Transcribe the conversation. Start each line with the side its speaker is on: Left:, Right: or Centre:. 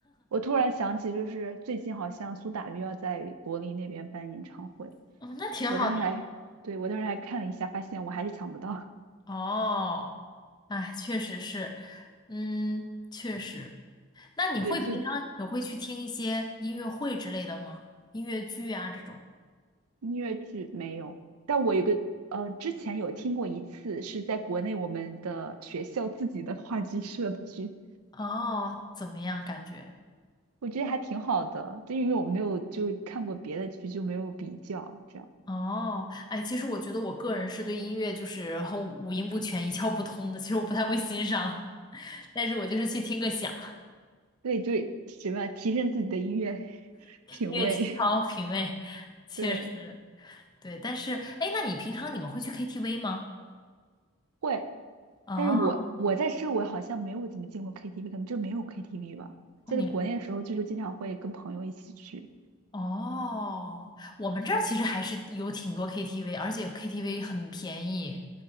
Right: 我突然想起，就是最近好像苏打绿要在柏林那边办演唱会，
Left: <laughs> 哦，那挺好的呀。
Right: 我当时还，对，我当时还看了一下，发现我还是抢不到。
Left: 哦，哎，确实是，嗯，确实。那你会平常也会去听一些音乐会之类的吗？
Right: <laughs> 对，就
Left: 音乐剧啊这种？
Right: 音乐剧没有，但我有个呃，之前有听过一次，是在国内我们的学校自己的话剧社的剧，
Left: 哦，怎么样感觉？
Right: 我觉得还挺好的，就因为我没有就看过别的剧，就没有比较，这样，
Left: 哦，哎，其实我觉得我个人是对音乐就是很五音不全、一窍不通的，其实我不太会欣赏，<laughs> 但是我就是去听个响，
Right: 对，就什么提升自己的音乐 <laughs> 品味，
Left: 音乐情操品味，
Right: <laughs>
Left: 确实
Right: 对，
Left: 对。但是，哎，那你平常你们会去 KTV 吗？
Right: 会。
Left: 啊，
Right: 但是我我在这我好像没有怎么进过
Left: 哦
Right: KTV，可能这没有 KTV 吧。在国内的时候，
Left: 你
Right: 就是经常会跟朋友一起去，
Left: 哦，我们这儿其实还是有挺多 KTV，而且 KTV 很便宜。